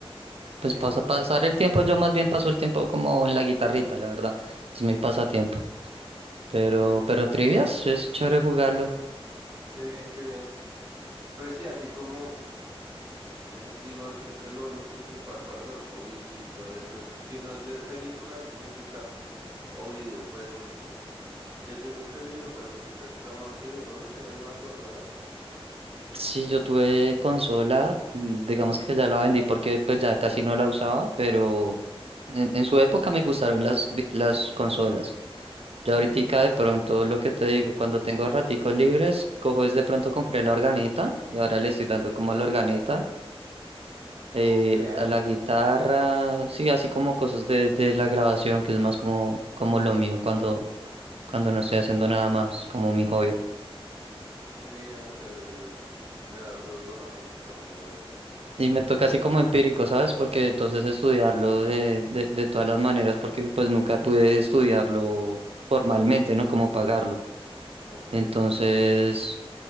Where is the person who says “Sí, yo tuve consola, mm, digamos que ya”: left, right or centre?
Right